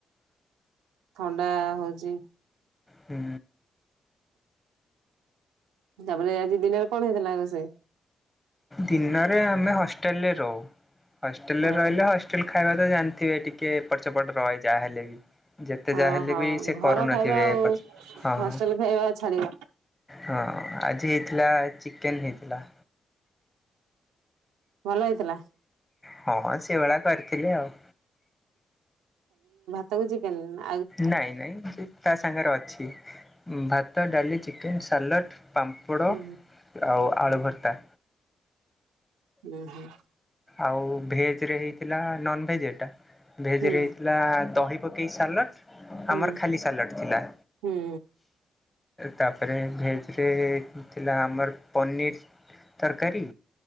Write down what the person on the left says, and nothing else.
ହୁଁ।
ଦିନରେ ଆମେ ହଷ୍ଟେଲରେ ରହୁ। ହଷ୍ଟେଲରେ
ରହିଲେ ହଷ୍ଟେଲ ଖାଇବା ତ ଜାଣିଥିବେ ଟିକେ ଏପଟ ସେପଟ ରହେ ଯାହାହେଲେ ବି। ଯେତେ
ଯାହା ହେଲେ
ବି ସେ
କରୁନଥିବେ
ପ ହଁ।
ହଁ ଆଜି ହେଇଥିଲା ଚିକେନ୍ ହେଇଥିଲା।
ହଁ ସେ ଭଳିଆ କରିଥିଲେି ଆଉ।
ନାଇଁ ନାଇଁ ତା ସାଙ୍ଗରେ ଅଛି ଭାତ ଡାଲି ଚିକେନ ସାଲଡ। ପାମ୍ପଡ଼
ଆଉ ଆଳୁ ଭର୍ତ୍ତା।
ଆଉ ଭେଜରେ ହେଇଥିଲା ନନ ଭେଜ ଏଇଟା ଭେଜରେ
ହେଇଥିଲା ଦହି ପକେଇ ସାଲଡ଼
ଆମର ଖାଲି ସାଲଡ଼ ଥିଲା।
ତାପରେ ଭେଜରେ ଥିଲା ଆମର ପନିର୍ ତରକାରୀ।